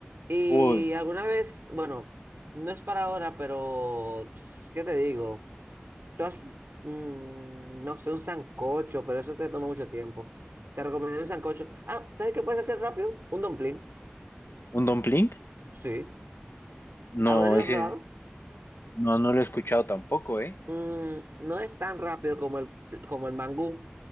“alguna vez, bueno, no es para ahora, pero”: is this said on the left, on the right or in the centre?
Right